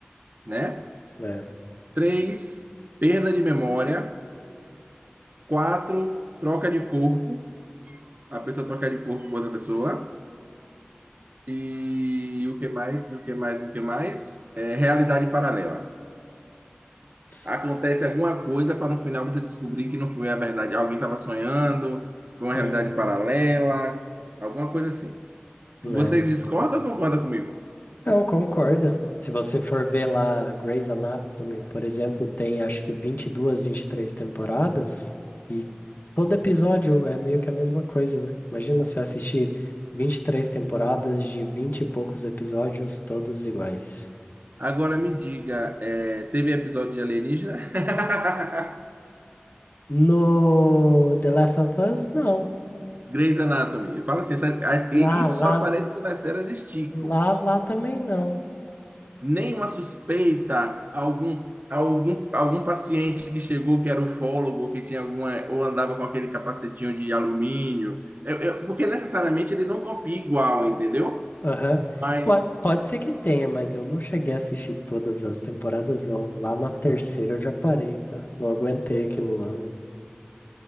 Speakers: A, on the right; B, on the left.
A: né?
B: É.
A: Três, perda de memória. Quatro, troca de corpo. A pessoa trocar de corpo com outra pessoa. E o que mais? E o que mais? E o que mais? É realidade paralela.
B: Ps-
A: Acontece alguma coisa para no final você descobrir que não foi a verdade. Alguém estava sonhando, foi uma
B: Uhum.
A: realidade paralela, alguma coisa assim.
B: Né?
A: Você discorda ou concorda comigo?
B: Não, concordo. Se você for ver lá Grey's Anatomy, por exemplo, tem acho que vinte vinte e duas vinte e três temporadas e todo episódio é meio que a mesma coisa, né? Imagina se assistir 23 temporadas de 20 e poucos episódios, todos iguais.
A: Agora me diga, é, teve episódio de alienígena? <laughs>
B: No The Last of Us, não.
A: Grey's Anatomy. Fala assim, essa- a-
B: Lá,
A: e- isso
B: lá,
A: só aparece quando as séries esticam.
B: lá, lá também não.
A: Nenhuma suspeita, algum, algum, algum paciente que chegou que era ufólogo, que tinha alguma, ou andava com aquele capacetinho de alumínio. Eu- eu- porque necessariamente ele não copia igual, entendeu?
B: Aham.
A: Mas
B: Po- Pode ser que tenha, mas eu não cheguei a assistir todas as temporadas, não. Lá na terceira eu já parei, tá? Não aguentei aquilo lá, não.